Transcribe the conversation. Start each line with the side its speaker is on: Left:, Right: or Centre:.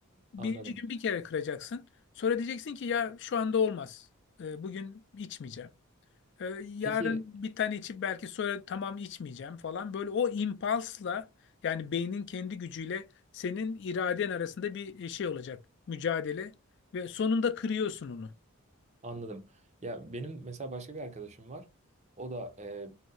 Left: Birinci
Right: Anladım.
Left: gün bir kere kıracaksın. Sonra diyeceksin ki ya şu anda olmaz. E, bugün içmeyeceğim. Ee, yarın
Right: Peki
Left: bir tane içip belki sonra tamam içmeyeceğim falan. Böyle o impulsla yani beynin kendi gücüyle senin iraden arasında bir e, şey olacak. Mücadele ve sonunda kırıyorsun onu.
Right: anladım. Ya benim mesela başka bir arkadaşım var. O da e,